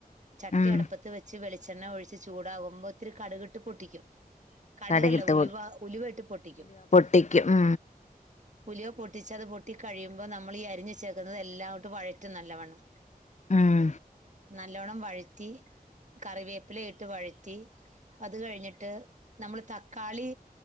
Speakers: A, on the right; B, on the left.
A: ചട്ടിയടപ്പത്ത്
B: ഉം
A: വെച്ച് വളിച്ച ച്ചെണ്ണ ഒഴിച്ച് ചൂടാകുമ്പോ ഒത്തിരി കടുകിട്ട് പൊട്ടിക്കും കടുകല്ലേ
B: കടുകിട്ട്
A: ഉലുവ ഉലുവ ഇട്ട് പൊട്ടിക്കും
B: ട്ടേക്ക് ഉം
A: ഉലിയോ പൊട്ടിച്ച അത് പൊട്ടി കഴിയുമ്പോൾ നമ്മൾ ഈ അരിഞ്ഞു ചേക്കുന്നത് എല്ലാംട്ടും പഴറ്റും നല്ലവണ്ണം
B: ഉം
A: നല്ലോണ്ണം വഴറ്റി കറിവേപ്പില ഇട്ട് വഴറ്റി അത് കഴിഞ്ഞിട്ട് നമ്മള് തക്കാളി